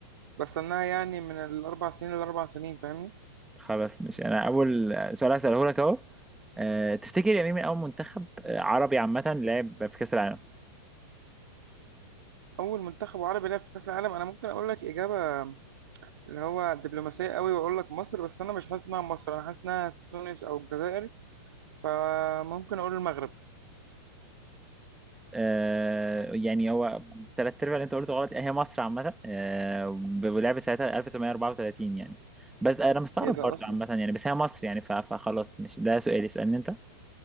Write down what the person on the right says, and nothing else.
وبستناها يعني من الاربع سنين للاربع سنين فاهمني
اول منتخب عربي لعب في كاس العالم انا ممكن اقول لك اجابه اللي هو دبلوماسيه قوي واقول لك مصر بس انا مش حاسس انها مصر انا حاسس انها تونس او الجزائر فممكن اقول المغرب
ايه ده
اصلا